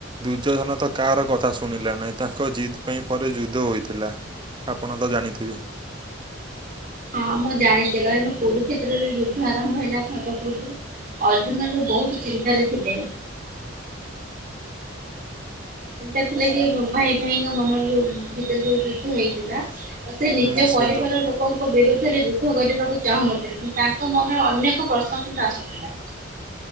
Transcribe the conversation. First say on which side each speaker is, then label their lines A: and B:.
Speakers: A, on the right; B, on the right.
A: ଦୁର୍ଜୋଜନ ତ କାହାର କଥା ଶୁଣିଲା ନାହିଁ ତାଙ୍କ ଜିଦ୍ ପାଇଁ ପରେ ଯୁଦ୍ଧ ହୋଇଥିଲା। ଆପଣ ତ ଜାଣିଥିବେ।
B: ହଁ ମୁଁ ଜାଣିଛି କ ମୁକୁରୁ କ୍ଷେତ୍ରରେ ଯୁଦ୍ଧ ଆରମ୍ଭ ହେଲା ଭଦପ୍ରବରୁ। ଅର୍ଜୁନ ର ବହୁତ ଚିନ୍ତାରେ ଥିଲେ। ଚିନ୍ତା ଥିଲା ଯେ ଭାଇ ଭାଇଙ୍କ ମନ ଭିତରେ ଯୋ ଯୁଦ୍ଧ ହେଇଥିଲା। ଆଉ ସେ ନିଜ
A: ନିଶ୍ଚିନ୍ତ
B: ପରିବାର ଲୋକ ଲୋକଙ୍କ ବିରୁଦ୍ଧରେ ଯୁଦ୍ଧ କରିବାକୁ ଚାହୁଁନଥିଲେ କିନ୍ତୁ ତାଙ୍କ ମନରେ ଅନେକ ପ୍ରଶ୍ନ କିନ୍ତୁ ଆସୁଥିଲା।